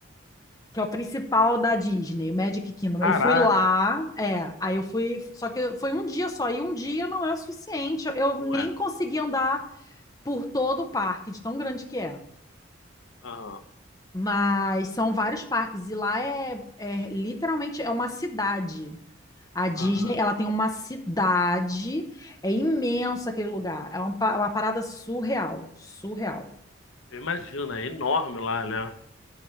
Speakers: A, on the left (about 20°); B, on the left (about 75°).
A: que é o principal da Disney, o Magic Kingdom.
B: Caraca,
A: Eu fui lá, é, aí eu fui, só que foi um dia só, e um dia não é o suficiente. Eu, eu
B: não
A: nem
B: é?
A: consegui andar por todo o parque, de tão grande que é.
B: Aham,
A: Mas são vários parques, e lá é, é literalmente é uma cidade. A Disney,
B: aham.
A: ela tem uma cidade, é imenso aquele lugar, é um pa- é uma parada surreal, surreal.
B: Eu imagino, é enorme lá, né?